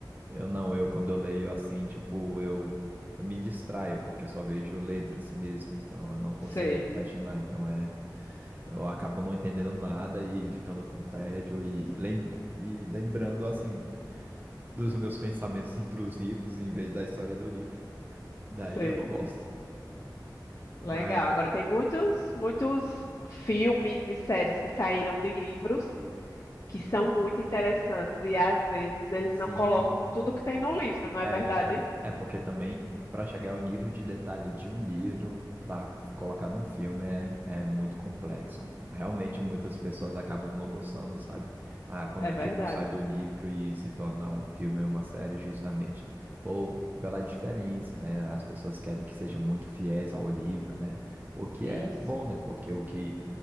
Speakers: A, on the right; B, on the left.
A: Eu não, eu quando eu leio assim, tipo, eu, eu me distraio, porque eu só vejo letras mesmo, então eu não consigo
B: Sei,
A: imaginar. Então é, eu acabo não entendendo nada e ficando com tédio e, lem e lembrando, assim, dos meus pensamentos intrusivos em vez da história do livro. Daí
B: sei.
A: eu não gosto.
B: Legal.
A: Mas,
B: Agora tem muitos, muitos filmes e séries que saíram de livros que
A: uhum,
B: são muito interessantes e às vezes eles
A: sim.
B: não colocam tudo que tem no livro, não é
A: É
B: verdade?
A: verdade. É porque também, para chegar ao nível de detalhe de um livro, para colocar num filme, é, é muito complexo. Realmente, muitas pessoas acabam não gostando, sabe? Ah, quando,
B: É verdade.
A: tipo, sai do livro e se torna um filme ou uma série, justamente por, pela diferença, né? As pessoas querem que seja muito fiéis ao livro, né? O que
B: Isso,
A: é bom, né? Porque o que